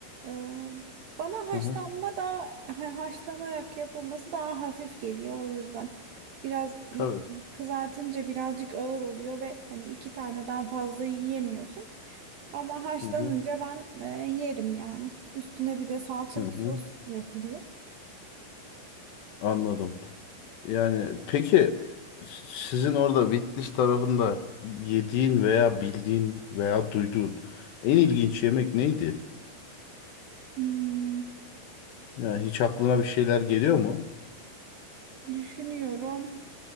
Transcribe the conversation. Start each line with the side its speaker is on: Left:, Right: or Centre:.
Right: Ee, bana haşlanma
Left: Hı hı.
Right: da ha- haşlanarak yapılması daha hafif geliyor o yüzden. Biraz y-
Left: Tabii.
Right: e, kızartınca birazcık ağır oluyor ve hani iki taneden fazla yiyemiyorsun. Ama haşlanınca
Left: Hı hı.
Right: ben e, yerim yani. Üstüne bir de salçalı
Left: Hı hı.
Right: sos yapılıyor.
Left: Anladım. Yani peki s- sizin orada Bitlis tarafında yediğin veya bildiğin veya duyduğun en ilginç yemek neydi?
Right: Hmm,
Left: Yani hiç aklına bir şeyler geliyor mu?
Right: düşünüyorum.